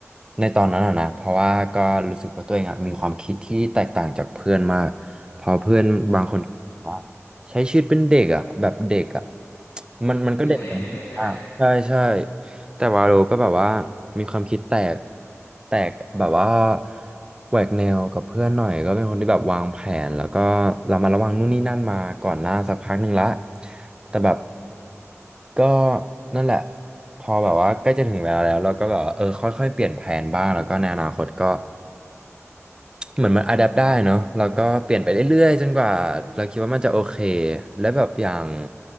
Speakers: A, on the right (about 15°); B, on the left (about 85°).
A: ในตอนนั้นอะนะเพราะว่าก็รู้สึกว่าตัวเองอะมีความคิดที่แตกต่างจากเพื่อนมากเพอเพื่อนบางคนว่า
B: อืม
A: ใช้ชีวิตเป็นเด็กอ่ะแบบเด็กอ่ะมันมันก็เด็กนะอ่ะใช่ใช่
B: มันยังเล่นอยู่เลยใช่ไหม
A: แต่วาโลก็แบบว่ามีความคิดแตกแตกแบบว่าแหวกแนวกับเพื่อนหน่อยก็เป็นคนที่แบบวางแผนแล้วก็เรามาระวังนู่นนี่นั่นมาก่อนหน้าสักพักหนึ่งละแต่แบบ
B: อืม
A: ก็นั่นแหละพอแบบว่าใกล้จะถึงเวลาแล้วเราก็แบบว่าเออค่อยๆเปลี่ยนแผนบ้างแล้วก็ในอนาคตก็เหมือนมันอะแดปได้เนาะแล้วก็เปลี่ยนไปเรื่อยๆจนกว่าเราคิดว่ามันจะโอเคและแบบอย่าง